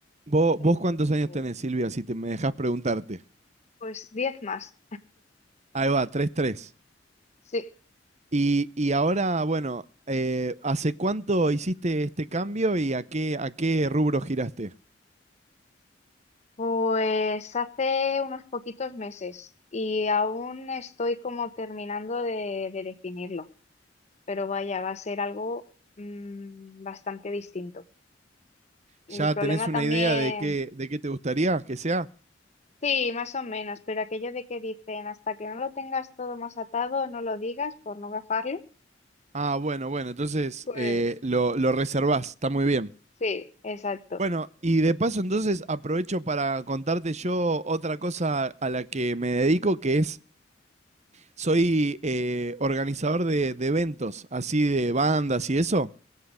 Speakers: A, on the right; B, on the left.
A: Vos,
B: Entonces,
A: vos cuántos años tenés, Silvia, si te me dejás preguntarte.
B: pues diez más.
A: Ahí va, tres tres
B: Sí,
A: Y, y ahora, bueno, eh, ¿hace cuánto hiciste este cambio y a qué, a qué rubro giraste?
B: pues hace unos poquitos meses y aún estoy como terminando de, de definirlo, pero vaya, va a ser algo mm, bastante distinto. El
A: ¿Ya
B: problema
A: tenés una
B: también,
A: idea de qué, de qué te gustaría que sea?
B: sí, más o menos, pero aquello de que dicen hasta que no lo tengas todo más atado, no lo digas por no gafarlo.
A: Ah, bueno, bueno, entonces
B: Pues
A: eh, lo, lo reservás, está muy bien.
B: sí, exacto.
A: Bueno, y de paso entonces aprovecho para contarte yo otra cosa a la que me dedico, que es, soy eh, organizador de, de eventos, así de bandas y eso.